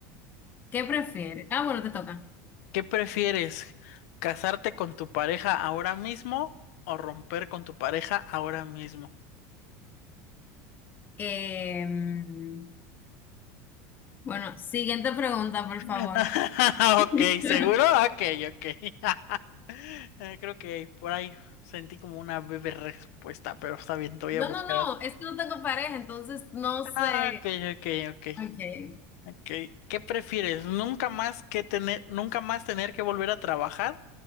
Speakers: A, on the left; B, on the left.
A: ¿Qué prefieres? Ah, bueno, te toca.
B: ¿Qué prefieres? ¿Casarte con tu pareja ahora mismo o romper con tu pareja ahora mismo?
A: Em, bueno, siguiente pregunta, por
B: <laughs>
A: favor. <laughs>
B: Ok, ¿seguro? Ok, ok. <laughs> Eh, Creo que por ahí sentí como una breve respuesta, pero está bien, te voy
A: No,
B: a buscar
A: no, no,
B: otra.
A: es que no tengo pareja, entonces no sé.
B: Ah, ok, ok, ok.
A: Ok.
B: Ok, ¿Qué prefieres? ¿Nunca más que tener, nunca más tener que volver a trabajar